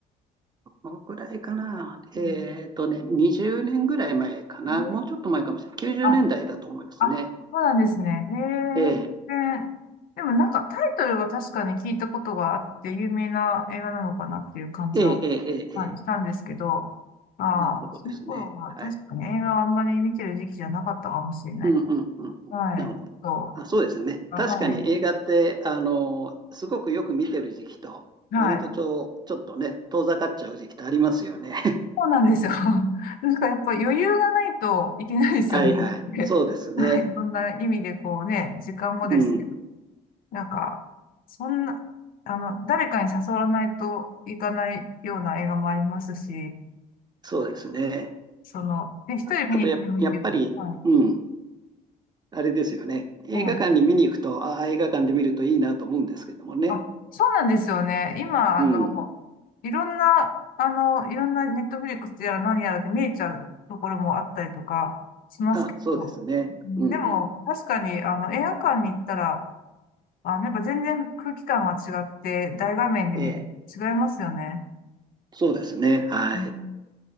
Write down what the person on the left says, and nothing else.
うん
え
ーああ、そうなんですね。
へえ、で、でもなんかタイトルは確かに聞いたことがあって有名な映画なのかなっていう感じは、
はい、したんですけど、ああ、
その頃は確かに映画はあんまり見てる時期じゃなかったかもしれない。
はい。
そう。
あはい。
はい。
そうなんですよ。<laughs> なんかやっぱ余裕がないといけないですよね。
<laughs>
なんかいろんな意味でこうね、時間もです
なんか、そんな、あの、誰かに誘わないといかないような映画もありますし、
その、ね、一人見に行ってもいいけど、
は
い、はい。
あ、そうなんですよね。今、あの、
いろんな、あの、いろんなネットフリックスやら何やらで見えちゃうところもあったりとかしますけど、
うんでも、
確かに、あの、映画館に行ったら、あ、やっぱ全然空気感が違って、大画面で見ると違いますよね。
うん、